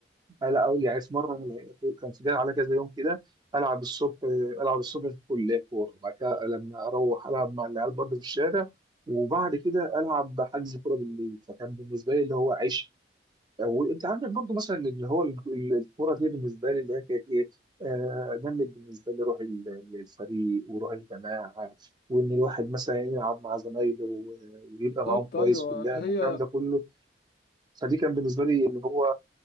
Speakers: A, on the right; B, on the left.
A: انا اول يعني في مره انا لقيت- كان في جاي على كذا يوم كده العب الصبح العب الصبح في الكليه كوره بعد كده لما اروح العب مع العيال برضه في الشارع وبعد كده العب حجز كوره بالليل فكان بالنسبه لي اللي هو عيش وانت عندك برضو مثلا اللي هو ال- ال- الكوره دي بالنسبه لي اللي هي كانت ايه آه، نمت بالنسبه لي روح ال- الفريق وروح الجماعه وان الواحد مثلا يلعب مع زمايله و- ويبقى
B: بالظبط
A: معاهم كويس
B: ايوه
A: في اللعب
B: هي
A: والكلام ده كله فدي كان بالنسبه لي اللي هو